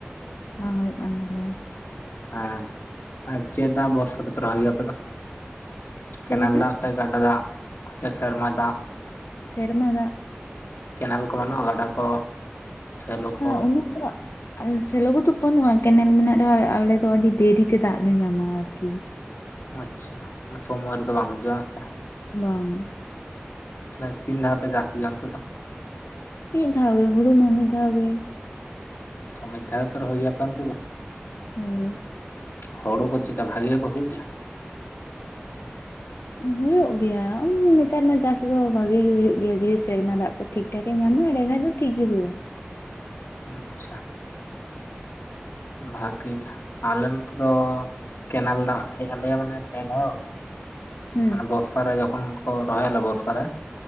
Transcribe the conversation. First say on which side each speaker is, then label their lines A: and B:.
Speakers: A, on the left; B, on the left.
A: ᱵᱟᱝ ᱦᱩᱭᱩᱜ ᱠᱟᱱ ᱛᱟᱞᱮᱭᱟ
B: ᱦᱮᱸ ᱟᱨ ᱪᱮᱫ ᱫᱟᱜ ᱵᱷᱚᱨᱥᱟ ᱛᱮᱯᱮ ᱨᱚᱦᱚᱭ ᱜᱮᱭᱟ ᱟᱯᱮ ᱫᱚ
A: ᱪᱮᱫ
B: ᱠᱮᱱᱮᱞ
A: ᱞᱮᱠᱟ
B: ᱫᱟᱜ ᱥᱮ ᱜᱟᱰᱟ ᱫᱟᱜ ᱥᱮ ᱥᱮᱨᱢᱟ ᱫᱟᱜ
A: ᱥᱮᱨᱢᱟ ᱫᱟᱜ
B: ᱠᱮᱱᱮᱞ ᱠᱚ ᱵᱟᱹᱱᱩᱜᱼᱟ ᱜᱟᱰᱟ ᱠᱚ ᱥᱮᱞᱚ ᱠᱚ
A: ᱦᱮᱸ <unintelligible> ᱥᱮᱞᱚ ᱠᱚᱫᱚ ᱵᱟᱹᱱᱩᱜᱼᱟ ᱠᱮᱱᱮᱞ ᱢᱮᱱᱟᱜ ᱨᱮᱦᱚᱸ ᱟᱞᱮ ᱫᱚ ᱟᱹᱰᱤ ᱫᱮᱨᱤ ᱛᱮ ᱫᱟᱜ ᱞᱮ ᱧᱟᱢᱟ ᱟᱨᱠᱤ
B: ᱟᱪᱪᱷᱟ ᱥᱚᱢᱚᱭ ᱨᱮᱫᱚ ᱵᱟᱝ ᱦᱤᱡᱩᱜᱼᱟ ᱦᱮᱸᱥᱮ
A: ᱵᱟᱝ
B: ᱛᱟᱦᱚᱞᱮ ᱛᱤᱱ ᱫᱷᱟᱣ ᱯᱮ ᱪᱟᱥ ᱜᱮᱭᱟ ᱚᱱᱛᱮ ᱫᱚ?
A: ᱢᱤᱫ ᱫᱷᱟᱣ ᱜᱮ ᱦᱩᱲᱩ ᱢᱟ ᱢᱤᱫ ᱫᱷᱟᱣ ᱜᱮ
B: ᱚ ᱢᱤᱫ ᱫᱷᱟᱣ ᱜᱮᱯᱮ ᱨᱚᱦᱚᱭ ᱜᱮᱭᱟ ᱟᱯᱮ ᱚᱱᱛᱮ ᱫᱚ
A: <unintelligible>
B: ᱦᱳᱲᱩ ᱠᱚ ᱪᱮᱫᱠᱟ ᱵᱷᱟᱜᱤ ᱜᱮᱠᱚ ᱦᱩᱭᱩᱜ ᱜᱮᱭᱟ?
A: ᱦᱩᱭᱩᱜ ᱜᱮᱭᱟ ᱱᱮᱛᱟᱨ ᱢᱟ ᱪᱟᱥ ᱫᱚ ᱵᱷᱟᱜᱤ ᱜᱮ ᱦᱩᱭᱩᱜ ᱜᱮᱭᱟ, ᱡᱩᱫᱤ ᱥᱮᱨᱢᱟ ᱫᱟᱜ ᱠᱚ ᱴᱷᱤᱠ ᱴᱷᱟᱠᱮ ᱧᱟᱢᱟ ᱟᱲᱮᱠᱷᱟᱡ ᱫᱚ ᱴᱷᱤᱠ ᱜᱮ ᱦᱩᱭᱩᱜᱼᱟ᱾
B: ᱟᱪᱪᱷᱟ ᱵᱷᱟᱜᱮ ᱜᱮ ᱟᱞᱮ ᱱᱚᱛᱮ ᱫᱚ ᱠᱮᱱᱟᱞ ᱫᱟᱜ ᱦᱮᱡ ᱟᱞᱮᱭᱟ ᱢᱟᱱᱮ ᱵᱮ ᱫᱷᱟᱣ
A: ᱦᱩᱸ
B: ᱢᱟᱱᱮ ᱵᱚᱨᱥᱟ ᱨᱮ ᱡᱚᱠᱷᱚᱱ ᱠᱚ ᱨᱚᱦᱚᱭᱟᱞᱮ ᱵᱚᱨᱥᱟ ᱨᱮ